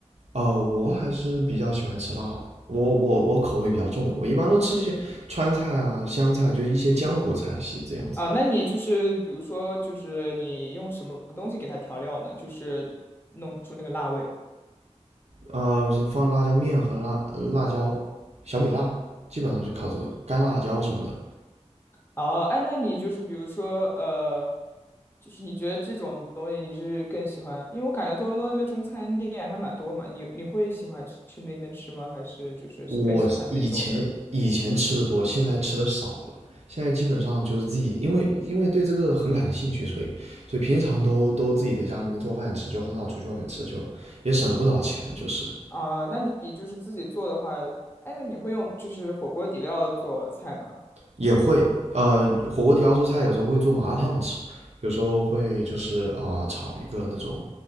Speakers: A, on the right; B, on the left.
A: 呃，我还是比较喜欢吃辣的，我我我口味比较重，我一般都吃一些川菜啊、湘菜，就是一些江湖菜系这样子。
B: 啊？那你就是比如说就是你用什么东西给它调料呢？就是弄出那个辣味。
A: 呃，是放辣椒面和辣辣椒、小米辣，基本上就靠这种干辣椒什么的。
B: 哦，哎，那你就是比如说，呃，就是你觉得这种东西你是更喜欢？因为我感觉多伦多那边中餐店还蛮多嘛，你你会喜欢去那边吃吗？还是就是喜更喜欢自己做？
A: 我以前以前吃的多，现在吃的少了。现在基本上就是自己，因为因为对这个很感兴趣，所以所以平常都都自己在家里面做饭吃，就很少出去外面吃，就也省了不少钱。就是
B: 啊、那你就是自己做的话，哎，那你会用就是火锅底料做菜吗？
A: 也会呃，火锅底料做菜有时候会做麻辣烫吃，有时候会就是啊、呃炒一个那种